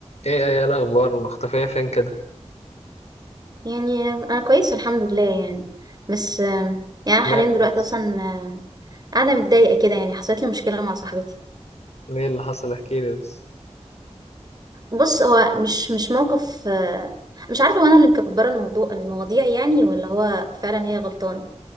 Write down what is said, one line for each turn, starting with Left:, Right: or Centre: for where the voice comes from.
Left: ايه ايه الاخبار مختفية فين كده
Right: يعني انا كويس الحمد لله يعني بس آم، يعني أنا
Left: مالك
Right: حاليا دلوقتي
Left: بس
Right: اصلا آه، قاعده متضايقه كده يعني حصلت لي مشكله مع صاحبتي
Left: ايه اللي حصل احكيلي بس
Right: بص هو مش مش موقف آه، مش عارفه هو انا اللي مكبره الموضوع المواضيع يعني ولا هو فعلا هي غلطانه